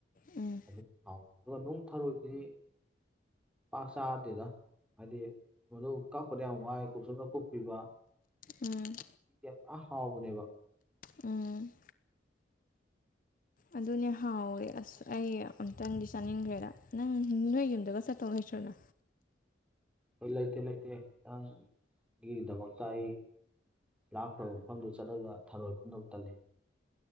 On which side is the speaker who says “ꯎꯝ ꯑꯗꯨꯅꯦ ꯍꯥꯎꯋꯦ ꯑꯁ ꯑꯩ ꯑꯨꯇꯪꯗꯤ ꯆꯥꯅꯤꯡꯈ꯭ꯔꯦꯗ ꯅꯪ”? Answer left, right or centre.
Left